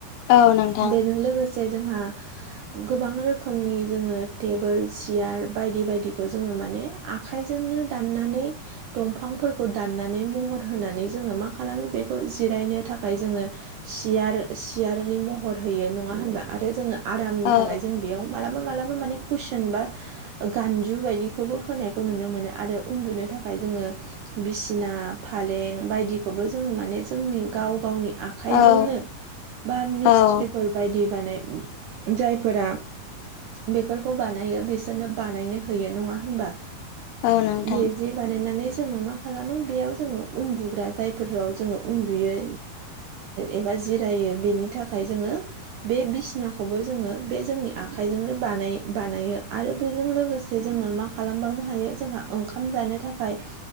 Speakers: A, on the left; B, on the right.
A: औ नोंथां
B: बेजों लोगोसे जे जोंहा गोबां रोखोमनि जोङो टेबोल सियार बायदि बायदिखौ जोङो माने आखाइजोंनो दाननानै दंफांफोरखौ दाननानै महर होनानै जोङो मा खालामो बेखौ जिरायनो थाखाय जोङो। सियार सियारनि महर होयो नङा होनबा आरो जोङो आरामनि
A: औ
B: थाखाय जों बेयाव मालाबा मालाबा माने कुइसन बा गानजु बायदिखौबो होनायखौ नुनो मोनो आरो उन्दुनो थाखाय जोङो। बिसिना फालें बायदिखौबो जोङो माने जोंनि गाव गावनि आख आखाइजोंनो
A: औ
B: बा मिस्ट्रि
A: औ
B: फोरबायायदि बानाय जायफोरा बेफोरखौ बानायो बिसोरनो बानायनो होयो नङा होनबा
A: औ नोंथां
B: बे बानायनानै जोङो मा खालामो बेयाव जोङो उन्दुग्रा जायफोराव जोङो उन्दुयै एबा जिरायो बेनि थाखाय जोङो। बे बिसिनाखौबो जोङो बे जोंनि आखाइजोंनो बानाय बानायो आरो। बेजों लोगोसे जोङो मा खालामबावनो हायो जोंहा ओंखाम जानो थाखाय।